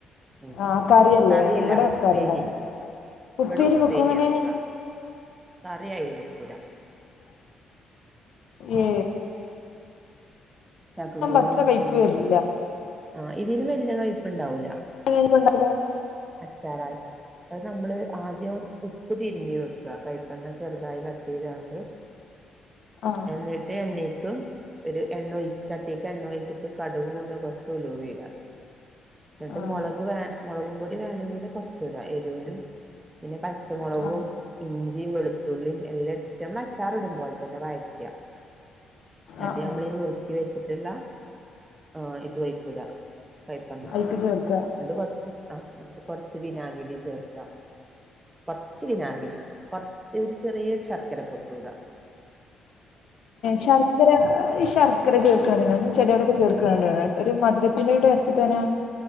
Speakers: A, on the right; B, on the left.
A: ഉ
B: ആഹ് കറിയല്ലേ
A: കറല്ല
B: ഇവിടെ വെക്കാറുണ്ടായിരുന്നു
A: ഉപ്പേരി
B: ഉപ്പേരി
A: ഇവിടെ ഉപ്പേരിയാ
B: വെക്കും ഇങ്ങനെ
A: വെക്ക കറിയ ഇത്പ്പൂര
B: ഏ
A: ചക്കക്കൂരു
B: അത്ര
A: നേരത്തന്നെ
B: കയ്പ്പ് വരില്ല
A: ഒപ്പ ആഹ ഇതിന് വല്ല കയപ്പ്ണ്ടാവൂല
B: എങ്ങനെ കൊണ്ട
A: അച്ചാറായി അത് നമ്മള് ആദ്യ ഉപ്പ് തിരുമ്പി വെക്കുക കൈപ്പങ്ങാ ചെറുതായി കട്ട് ചെയ്തൊണ്ട്
B: ആഹ്
A: എന്നിട്ട് എണ്ണക്ക് ഒരു എണ്ണ ഒഴിച്ചട്ട എണ്ണ ഒഴിച്ചിട്ട് കടുുക കൂട കുറച്ചല വീട എന്നിട്ട്
B: ആഹ്
A: മുളക് മുളക പൊടി വേണെങ്കിൽ കുറച്ചട ന പിന്നെ പച്ചമും
B: ആഹ്
A: ഇച വെളുള്ളല്ലാം നമ്മൾ അച്ചാർ ഇടും പോലെ തന്നെ വരക്കുക എന്നിട്ട്
B: ആഹ് ആഹ്
A: നമ്മളീഈ നുറുക്കി വെച്ചിട്ടുള്ള ആഹ് ഇത് വൈക്കട കയപ്പങ്ങ
B: അയിക്ക് ചേർക്ക
A: ഉണ്ട് കൊറച്ച് നേത്ത് കൊറച്ച് വിനാഗിരി ചേർക്കാം കുറച്ച വിനാഗിരി കുറച്ച് ഒരു ചെറിയൊരു ശർക്കര പൊട്ടൂടാം
B: ശർക്കര ഈ ശർക്കര ചേർക്ക ചെിലവരൊക്കെ ചേർക്കണണ്ട ഒരു ഇത്തില അരച്ചി തനാ